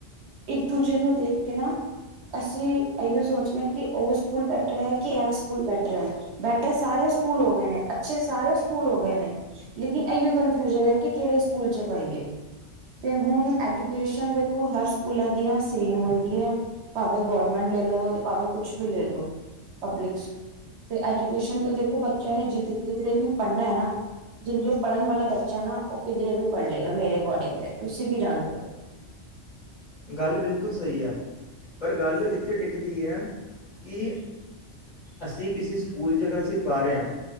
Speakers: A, on the right (about 65°); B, on the left (about 35°).
A: ਇੱਕ ਦੂਜੇ ਨੂੰ ਦੇਖ ਕੇ ਨਾ ਅਸੀਂ ਐਹੀ ਸੋਚਦੇ ਹਾ ਕਿ ਉਹ ਸਕੂਲ ਬੈਟਰ ਹੈ ਕਿ ਐਹ ਸਕੂਲ ਬੈਟਰ ਹੈ ਬੈਟਰ ਸਾਰੇ ਸਕੂਲ ਹੋ ਗਏ ਨੇ ਅੱਛੇ ਸਾਰੇ ਸਕੂਲ ਹੋ ਗਏ ਨੇ ਲੇਕਿਨ ਇਹੀਓ ਕਨਫਿਊਜਨ ਹੈ ਕਿ ਕਿਹੜੇ ਸਕੂਲ ਚ ਪਾਈਏ ਤੇ ਹੁਣ ਐਜੂਕੇਸ਼ਨ ਦੇਖੋ ਹਰ ਸਕੂਲਾਂ ਦੀਆਂ ਸੇਮ ਹੁੰਦੀ ਹੈ ਭਾਵੇਂ ਗੌਰਮੈਂਟ ਲੈ ਲਓ ਭਾਵੇਂ ਕੁਛ ਵੀ ਲੈ ਲਓ ਪਬਲਿਕ ਤੇ ਐਜੂਕੇਸ਼ਨ ਤੋਂ ਦੇਖੋ ਬੱਚਿਆਂ ਨੇ ਜਿਧ ਜਿਧਰੇ ਵੀ ਪੜ੍ਹਨਾ ਹੈ ਨਾ ਜਿਨ ਜੋ ਪੜ੍ਹਨ ਵਾਲਾ ਬੱਚਾ ਨਾ ਉਹ ਕਿਧਰੇ ਵੀ ਪੜ੍ਹ ਲਏਗਾ ਮੇਰੇ ਅਕੋਰਡਿੰਗ ਤੇ ਤੁਸੀਂ ਵੀ ਜਾਣਦੇ ਹੋ।
B: ਗੱਲ ਬਿਲਕੁਲ ਸਹੀ ਆ ਪਰ ਗੱਲ ਇੱਥੇ ਟਿਕਦੀ ਹੈ ਕਿ ਅਸੀਂ ਕਿਸੇ ਸਕੂਲ 'ਚ ਅਗਰ ਅਸੀਂ ਪਾ ਰਹੇ ਹਾਂ